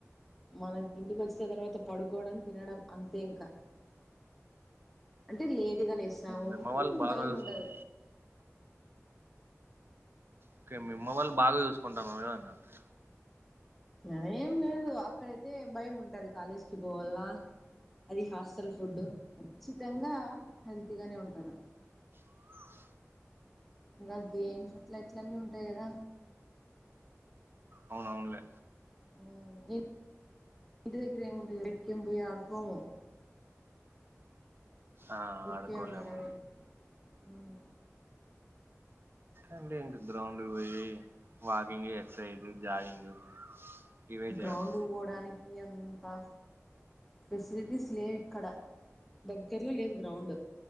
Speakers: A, in the centre; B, on the right.
A: మనకి ఇంటికి వచ్చిన తర్వాత పడుకోవడం తినడం అంతే ఇంకా అంటే లేటుగా లేసాము
B: మీ అమ్మ
A: అనే
B: వాళ్ళు బాగా
A: భయం
B: చూసుకుంట
A: ఉండదు
B: ఓకే మీ అమ్మా వాళ్ళు బాగా చూసుకుంటాన్నారా అంటన్నా
A: అలా ఏం లేదు అక్కడైతే భయం ఉంటది కాలేజ్ కి పోవాల్ల అది హాస్టల్ ఫుడ్ ఖచ్చితంగా హెల్తీ గానే ఉంటారు
B: <inaudible>
A: ఇంకా గేమ్స్ అట్లా ఇట్ల అన్నీ ఉంటాయి కదా
B: అవును అవునులే
A: హ్మ్ ఇప్ మీ ఇంటి దగ్గర ఏముంటాయి బయటికి పోయి ఆడుకోము
B: ఆ
A: ఊరికే
B: ఆడుకోలేము
A: ఉండడమే హ్మ్
B: అండి ఇంటి గ్రౌండ్ పోయి వాకింగ్ ఎక్సర్సైజ్ జాగింగ్ ఇవే చేయాలి
A: గ్రౌండ్ కి పోవడానికి అంతా ఫెసిలిటీస్ లేవు ఇక్కడ దగ్గరలో లేదు గ్రౌండ్